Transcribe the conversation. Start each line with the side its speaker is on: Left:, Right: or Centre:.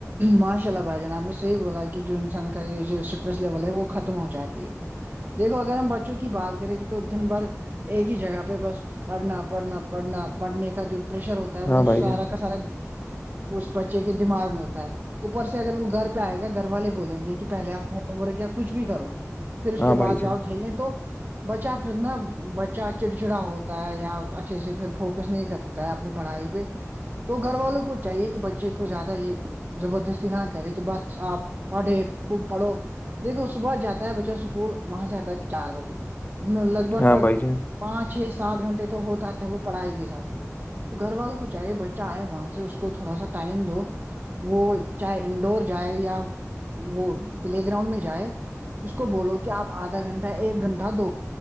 Right: ماشاء اللہ بھائی جان آپ نے صحیح بولا کہ جو انسان کا یہ جو اسٹریس لیول ہے وہ ختم ہو جاتی ہے دیکھو اگر ہم بچوں کی بات کریں گے تو دن بھر ایک ہی جگہ پہ بس پڑھنا پڑھنا پڑھنا پڑھنے کا جو پریشر ہوتا ہوتا ہے
Left: ہاں
Right: وہ
Left: بھائی
Right: سارا
Left: جان
Right: کا سارا اس بچے کے دماغ میں ہوتا اوپر سے اگر وہ گھر پہ آئے گا گھر والے بولیں گے کہ پہلے آپ ہوم ورک یا کچھ بھی کرو پھر اس
Left: ہاں
Right: کے
Left: بھائی
Right: بعد
Left: جان
Right: جاؤ کھیلنے تو بچہ پھر نا بچہ چڑچڑا ہوتا ہے یا اچھے سے پھر فوکس نہیں کرتا تا اپنی پڑھائی پہ تو گھر والوں کو چاہیے کہ بچے کو زیادہ یہ زبردستی نہ کرے کہ بس آپ پڑھے پڑھو دیکھو صبح جاتا ہے بچہ اسکول وہاں سے آتا ہے چار بجے میں لگ بھگ
Left: ہاں بھائی جان
Right: پانچ چھ سات گھنٹے تو ہوتا ہے وہ پڑھائی کے ساتھ ہی تو گھر والوں کو چاہے بچہ آئے وہاں سے اس کو تھوڑا سا ٹائم دو وہ چاہے انڈور جائے یا وہ پلے گراؤنڈ میں جائے اس کو بولو کہ آپ آدھا گھنٹہ ایک گھنٹہ دو